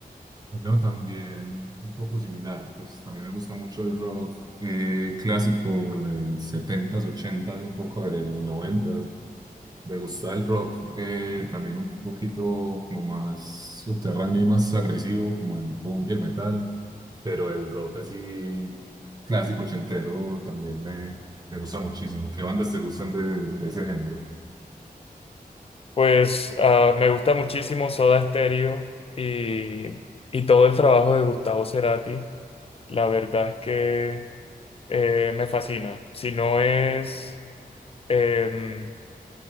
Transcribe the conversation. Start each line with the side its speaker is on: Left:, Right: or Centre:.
Right: No, también un poco similar, pues también me gusta mucho el rock eh, clásico de setentas ochentas y un poco de noventas Me gusta el rock eh, también un poquito como más subterráneo y más agresivo, como el punk y el metal, pero el rock así clásico ochentero también me, me gusta muchísimo. ¿Qué bandas te gustan de, de ese género?
Left: Pues ah, me gusta muchísimo Soda Stereo y, y todo el trabajo de Gustavo Cerati. La verdad es que eh, me fascina. Si no es, em,